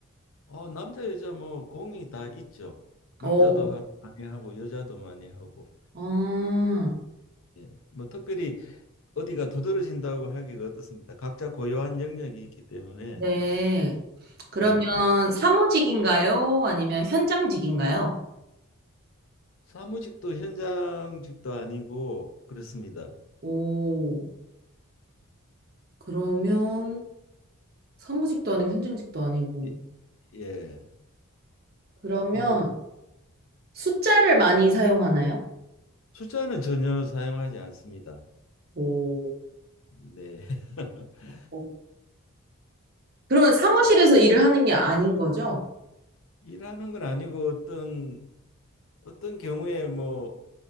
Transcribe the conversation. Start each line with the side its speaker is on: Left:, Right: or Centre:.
Left: 어, 남자 여자 뭐 공이 다 있죠. 남자도
Right: 어,
Left: 하- 많이 하고 여자도 많이 하고.
Right: 아,
Left: 예. 뭐 특별히 어디가 두드러진다고 하기가 어떻습니다. 각자 고유한 영역이 있기 때문에
Right: 네. 그러면
Left: 예.
Right: 사무직인가요? 아니면 현장직인가요?
Left: 사무직도 현장직도 아니고 그렇습니다.
Right: 오, 그러면 사무직도 아니고 현장직도 아니고.
Left: 예. 예.
Right: 그러면
Left: 어
Right: 숫자를 많이 사용하나요?
Left: 숫자는 전혀 사용하지 않습니다.
Right: 오.
Left: 네. <laughs>
Right: 오. 그러면 사무실에서 일을 하는 게 아닌 거죠?
Left: 일하는 건 아니고 어떤 어떤 경우에 뭐